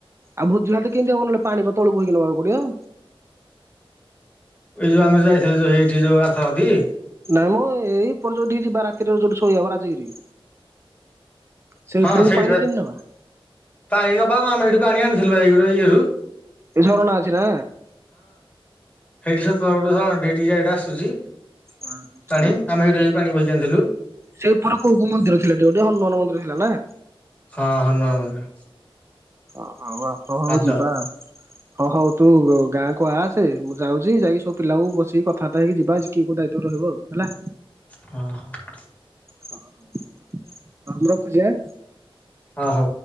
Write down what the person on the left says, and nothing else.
ଏଇ ଯୋଉ ଆମେ ଯାଇଥିଲେ ଏଇଠି ଯୋଉ ଆର ଥରଟି।
ହଁ
ସେଇଠି
ପା
ପାଣି ନବା କଣ ଆମେ ସେଇଠୁ ପାଣି ଆଣୁ ଥିଲୁ ପା ଏଇ ଗୋଟେ ଇଏରୁ।
ହେଇଠି ସେଠି ପା ଗୋଟେ ଝରଣାଟେ ଏଇଠି ଯାଇଟା ଆସୁଚି।
ପାଣି
ଆମେ ହେଠୁ ଯାଇ ପାଣି ବୋହି ଗନ୍ଧିଲୁ
ହଁ ହନୁମାନ ମନ୍ଦିର।
ପାଦ
ହଁ ହଁ।
ହଁ ହଉ